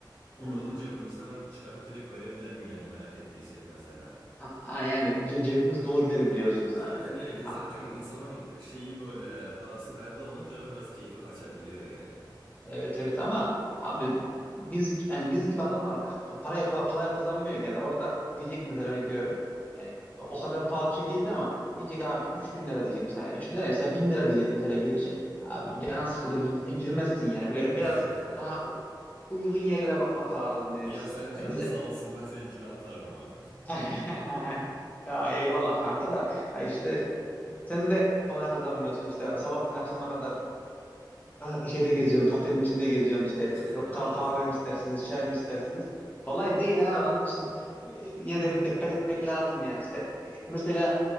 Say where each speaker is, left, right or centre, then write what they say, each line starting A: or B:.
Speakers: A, on the right; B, on the left.
A: Orada
B: Hı hı.
A: da cebimizden çıkarıp direkt verebilelim yani merak ettiysek mesela.
B: A- a- yani ce- cebimiz dolu gidelim diyorsun sen.
A: Aynen ya yazarken
B: A-
A: insanın şeyi böyle parası derdi olunca biraz keyfi kaçabiliyor yani.
B: Evet evet ama abi biz yani biz gibi adamlar pa- parayı kolay, kolay kazanmıyor ki. Yani orada diyecek mesela örnek görüyorum. Yani o kadar pahalı bir şey değildi ama diyecek abi üç bin lira diyecek mesela üç bin lira mesela 1000 lira diyecek mesela girişe. Abi
A: Hmm.
B: canan sıkılır gi- girmezsin yani. Böyle
A: <laughs>
B: biraz daha u- uygun yerlere bakmak lazım yine
A: Ya
B: biz.
A: sen canın
B: Yani bize
A: sağ olsun ben seninkini atarım ha.
B: <laughs> ya eyvallah kanka da ya işte sen de kolay kazanmıyorsun işte. Sabahtan akşama kadar e, e, şeyde geziyorsun, kafenin içinde geziyorsun işte.
A: <laughs>
B: Yok ka-
A: Olsun.
B: kahve mi istersiniz, çay mı istersiniz? Kolay değil ha. Onun için e, yine de bir dikkat etmek lazım yani. İşte e, mesela